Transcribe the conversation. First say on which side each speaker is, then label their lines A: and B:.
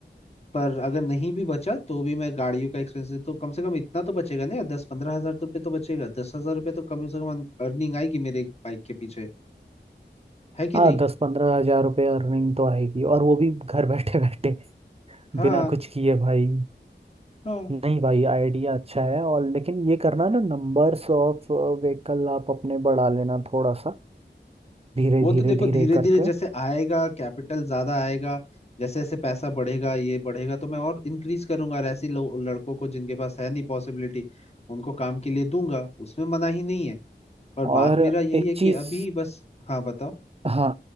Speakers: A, on the left (about 35°); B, on the right (about 35°).
A: पर अगर नहीं भी बचा तो भी मैं गाड़ियों का एक्सपेंसेस तो कम से कम इतना तो बचेगा ना यार, दस पंद्रह हजार तो रुपये तो बचेगा दस हजार रुपये तो कम से कम अर्निंग आएगी मेरे बाइक के पीछे है कि
B: हाँ
A: नहीं
B: दस पंद्रह हजार रुपये अर्निंग तो आएगी और वो भी घर बैठे बैठे
A: हाँ
B: बिना कुछ किए भाई
A: हाँ
B: नहीं भाई आइडिया अच्छा है और लेकिन ये करना ना नंबर्स ऑफ व्हीकल आप अपने बढ़ा लेना थोड़ा सा धीरे
A: वो तो
B: धीरे
A: देखो
B: धीरे
A: धीरे धीरे
B: करके
A: जैसे आएगा कैपिटल ज्यादा आएगा जैसे जैसे पैसा बढ़ेगा ये बढ़ेगा तो मैं और इंक्रीज करूंगा और ऐसे लो- लड़कों को जिनके पास है नहीं पॉसिबिलिटी उनको काम के लिए दूंगा उसमें मना ही नहीं है पर
B: और
A: बात मेरा यही
B: एक
A: है कि
B: चीज
A: अभी बस हाँ बताओ
B: हाँ